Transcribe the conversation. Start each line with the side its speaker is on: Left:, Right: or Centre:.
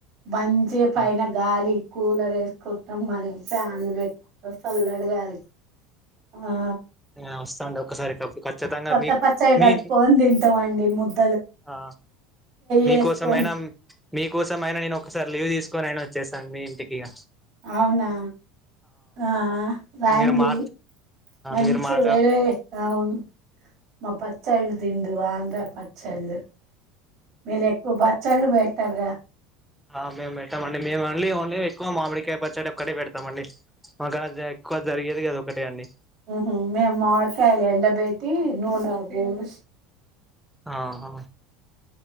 Right: మంచిగా పైన
Centre: ఆ
Right: గాలి కూలర్ వేసుకుంటాం మనం ఫ్యాన్లు పెట్టుకుంటాం సల్లటి గాలి ఆ
Centre: ఆ వస్తా అండి ఒకసారి ఖచ్చితంగా
Right: కొత్త
Centre: మీ
Right: పచ్చడి కల్పుకొని
Centre: మీ
Right: తింటామండి ముద్
Centre: ఆ మీకోసమైనా
Right: వేసుకొని
Centre: మీ కోసం అయినా నేను ఒకసారి లీవ్ తీసుకోనైనా వచ్చేస్తాను మీ ఇంటికి ఇగ
Right: అవునా ఆ రాండి
Centre: మీరు మా
Right: మంచి
Centre: మీరు మాట
Right: వేడి వేడి అవును మా పచ్చళ్ళు తిందువు ఆంధ్ర పచ్చళ్ళు మీరు ఎక్కువ పచ్చళ్ళు పే త్వరగా
Centre: ఆ మేము పెట్టామండి మేమండి ఓన్లీ ఎక్కువ మామిడికాయ పచ్చడి ఒకటే పెడతామండి మా ఎక్కువ జరిగేది అది ఒక్కటే అండి
Right: ఊహూ మేము మామిడి కాయలు ఎండ పెట్టి నూనె బోసి
Centre: ఆహా